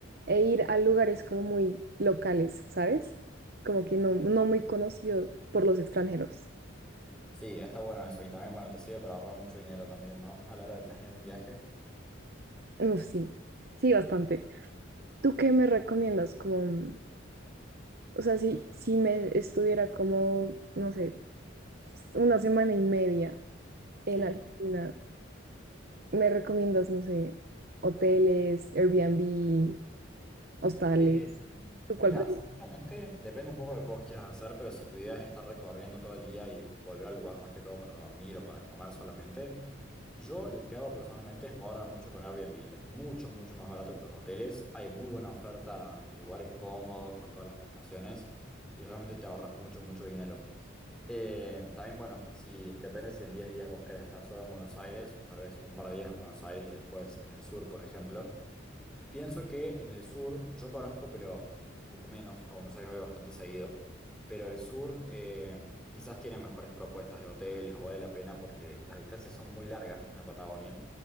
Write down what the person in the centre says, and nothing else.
Sí, está bueno eso, y también, bueno, te sirve para ahorrar mucho dinero también, ¿no? <laughs> A la hora de planear un viaje.
Sí.
Eh,
mira,
sinceramente, depende un poco de lo que vos quieras hacer, pero si tu idea es estar recorriendo todo el día y volver al lugar más que todo para dormir o para comer solamente, Yo lo que hago personalmente es moverme mucho con Airbnb. Es mucho, mucho más barato que los hoteles. Hay muy buena oferta de lugares cómodos, con todas las prestaciones, y realmente te ahorras mucho, mucho dinero. Eh, también, bueno, si depende si en 10 días vos querés estar solo en Buenos Aires o tal vez un par de días en Buenos Aires y después en el sur, por ejemplo. Pienso que en el sur, yo conozco, pero un poco menos, a Buenos Aires voy bastante seguido, pero el sur eh, quizás tiene mejores propuestas de hoteles o vale la pena porque las distancias son muy largas en la Patagonia,